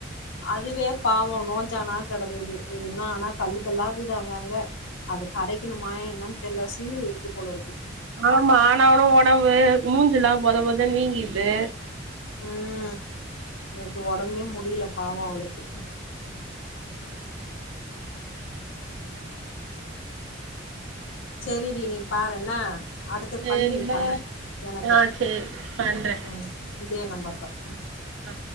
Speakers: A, on the left (about 65°); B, on the right (about 70°).
A: அதுவே பாவோ நோஞ்ஜானா கடக்குது இன்னு ஆனா கல்லு கல்லா இகுது அங்க அங்க அது கரைக்கிணுமா என்னன் தெர்ல சீழ் இருக்கு போல இருக்கு
B: ஆமா ஆனாவூனு ஒடம்பு மூஞ்சிலா பொத பொதன் வீங்கிற்து
A: ம் நேத்து ஒடம்பே முடில பாவோ அவுளுக்கு செரிடி நீ பாருண்ண அடுத்து
B: சேரி
A: பண்ணு நீ
B: பாய்
A: பண்ணு எனக்கு
B: ஆ சேரி பண்றே
A: ம் இதே நம்பர்தா ம்
B: ஆ